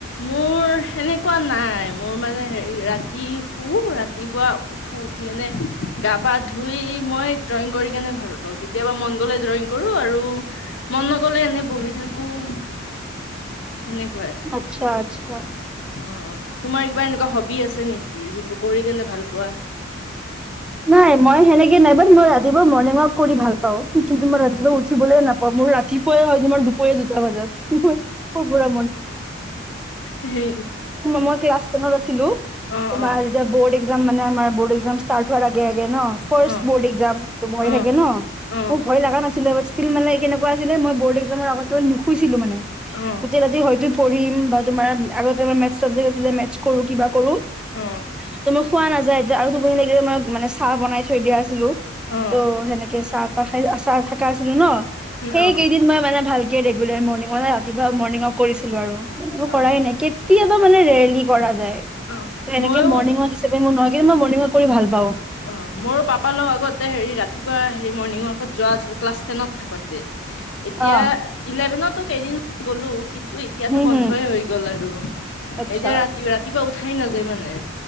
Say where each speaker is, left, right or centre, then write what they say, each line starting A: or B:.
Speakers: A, on the left; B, in the centre.
A: মোৰ সেনেকুৱা নাই মোৰ মানে হেৰি ৰাতি শু ৰাতিপুৱা উঠো উঠি কেনে গা পা ধুই মই ড্ৰয়িং কৰি কেনে ভাল পাওঁ কেতিয়াবা মনগলে ড্ৰয়িং কৰো আৰু মন নগলে এনে বহি থাকো সনে
B: আচ্ছা আচ্ছা
A: অ তোমাৰ কিবা এনেকুৱা হবি আছে নেকি যোনটোোৰ কৰি কেনে ভাল পোৱা
B: নাই মই সেনেকে নাই বাৰু মই ৰাতিপুৱা মৰ্ণিং ৱাক কৰি ভাল পাওঁ কিন্তু মই ৰাতিপুৱা উঠিবলৈে নাপাওঁ মোৰ ৰাতিপুৱাই হয় তোমাৰ দুপৰীয়া দুটা বজাত মই স পৰাুৰা
A: সেই
B: ম <unintelligible> আো
A: অ
B: তমাৰতিয়া
A: অ
B: ব্ মানে আমাৰ ব্াম াৰ ফ
A: অ
B: বাম ভয়
A: অ
B: থাকে ন
A: অ
B: মোক ভয় লগা নাছিল মানে কেনেকুৱা আছিলে মই ব নুুছিলো মানে
A: অ অ
B: গোেই ৰা হয়ো <inaudible> খোৱা
A: অ
B: নাযায় আৰু দুপ লাগিলে মই মানে চাহ বনাই থৈ দিয়া আছিলো
A: অ
B: ত' সেনেকে চাহ খাই আচাৰ থাকা আছিলো ন সেই
A: অ
B: কেইদিন মই মানে ভাল ৰেগুলাৰ মৰ্ণঙতে ৰাতিপুৱা মৰ্ণঙক কৰিছিলো আৰু
A: অ
B: কৰাই নাই কেতিয়া মানে ৰেলী কৰা যায়। ত'
A: অ ময়ো
B: এনেকে মৰ্ণিং ৱাক হিচাপে মোৰ নহয় কিন্তু মই মৰ্ণিং ৱাক কৰি ভাল পাওঁ।
A: অ', মোৰো পাপাৰ লগ আগতে হেৰি ৰাতিপুৱা হেৰি মৰ্ণিং ৱাকত যোৱা আছিলো ক্লাছ টেনত থাকোতে। এতিয়া
B: অ
A: ইলেভেনতো কেইদিনমান গ'লো। কিন্তু এতিয়াতো
B: হম
A: বন্ধই
B: হম
A: হৈ গ'ল আৰু এতিয়া
B: আচ্ছা
A: ৰাতি ৰাতিপুৱা উঠাই নাযায় মানে